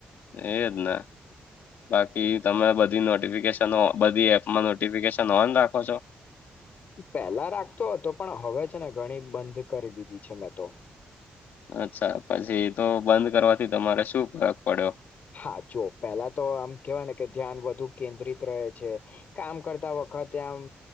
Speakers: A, on the left; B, on the left.
A: એજ ના બાકી તમે બધી નોટિફિકેશન. તમે બધી એપમાં નોટફિકેશન ઓન રાખો છો.
B: પેલા રાખતો હતો પણ હવે છે ને ઘણી બંધ કરી દીધી છે મેં તો.
A: અચ્છા પછી તો બંધ કરવાથી તમારે શું ફરક પડ્યો.
B: હા જો પેલા તો આમ કેવાય ને કે ધ્યાન વધુ કેન્દ્રિત રહે છે. કામ કરતા વખતે આમ